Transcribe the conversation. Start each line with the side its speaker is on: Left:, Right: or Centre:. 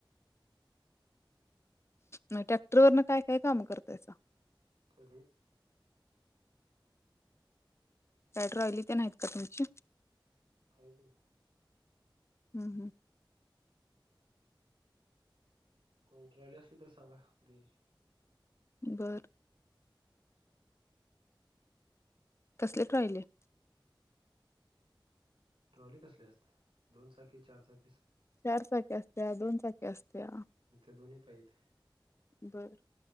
Left: मं ट्रॅक्टर वरन काय काय काम करतायसा.
Right: सगळीच
Left: काय ट्रॉली ते, नाहीत का तुमची?
Right: हायते!
Left: हुं हुं
Right: कोण ट्रॉली असली तर सांगा दयायची
Left: बर कसले ट्रॉयले
Right: ट्रॉली कसली असते, दोन चाकी चारचाकी
Left: चार चाकी असत्या दोन चाकी त्याच त्या
Right: त्या दोन्ही पाहित
Left: बर